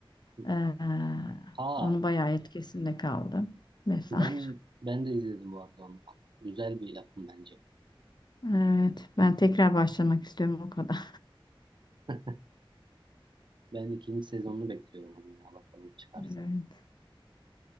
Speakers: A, on the right; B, on the left.
A: hı.
B: Ee,
A: Aa
B: onu bayağı etkisinde kaldım vesaire.
A: ben ben de izledim bu arada onu. Güzel bir yapım bence.
B: Evet, ben tekrar başlamak istiyorum o kadar.
A: <laughs> Ben ikinci sezonunu bekliyorum onun ya bakalım çıkarsa.
B: Evet,